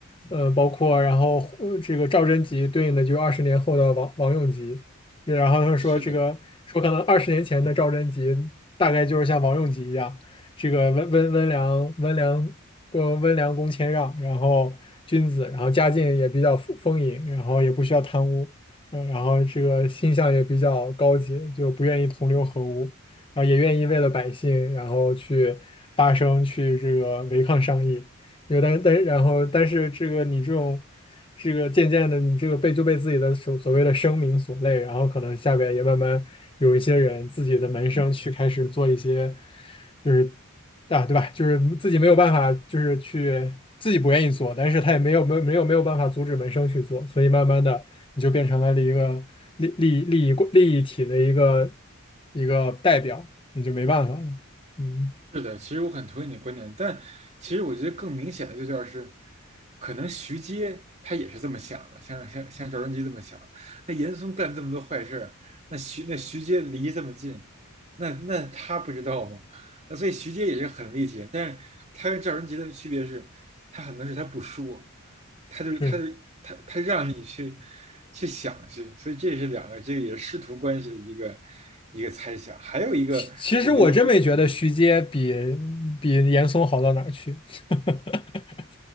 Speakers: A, on the left (about 25°); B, on the right (about 30°).
A: 呃，包括然后呃这个赵贞吉对应的就是二十年后的王王永吉。然后他说这个说可能二十年前的赵贞吉大概就是像王永吉一样，
B: 是的，
A: 这个温温温良温良过温良恭谦让，然后君子，然后家境也比较丰丰盈，然后也不需要贪污，嗯，然后这个心向也比较高级，就不愿意同流合污，然后也愿意为了百姓，然后去发声，去这个违抗上意。有为但但然后但是这个你这种这个渐渐的，你这个被就被自己的所所谓的声名所累，然后可能下边也慢慢有一些人自己的门生去开始做一些。就是。啊，对吧？就是自己没有办法，就是去自己不愿意做，但是他也没有没有没有没有办法阻止门生去做，所以慢慢的你就变成了一个利利利益利益体的一个一个代表，你就没办法了。嗯，
B: 是的，其实我很同意你的观点，但其实我觉得更明显的就叫是，可能徐阶他也是这么想的，像像像赵贞吉这么想。那严嵩干这么多坏事儿，那徐那徐阶离这么近，那那他不知道吗？那所以徐阶也是很厉害，但是他跟赵贞吉的区别是，他很多事他不说，他就是他他他让你去
A: 是，
B: 去想去，所以这是两个这个也是师徒关系的一个一个猜想，还有一个我觉得比嗯。
A: 其其实我真没觉得徐阶比比严嵩好到哪儿去，<laughs>